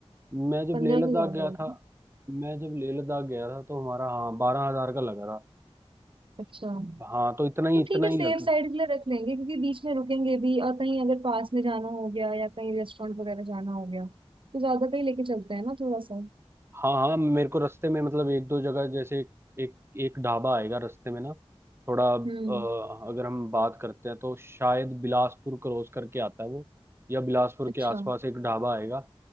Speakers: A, on the right; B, on the right.
A: मैं जब
B: पंद्रह
A: लेह लद्दाख
B: तो ज्यादा
A: गया
B: होगा
A: था मैं जब लेह लद्दाख गया था तो हमारा हाँ बारह हजार का लगा था
B: अच्छा
A: हाँ तो इतना ही
B: तो
A: इतना
B: ठीक है
A: ही
B: सेफ
A: लग
B: साइड के लिए रख लेंगे क्योंकि बीच में रुकेंगे भी और कहीं अगर पास में जाना हो गया या कहीं रेस्टोरेंट वगैरह जाना हो गया तो ज्यादा कहीं लेके चलते हैं ना थोड़ा सा
A: हाँ हाँ मेरे को रास्ते में मतलब एक दो जगह जैसे एक एक ढाबा आएगा रास्ते में ना थोड़ा अ,
B: हम्म
A: अगर हम बात करते हैं तो शायद बिलासपुर क्रॉस करके आता है वो या बिलासपुर
B: अच्छा
A: के आसपास एक ढाबा आएगा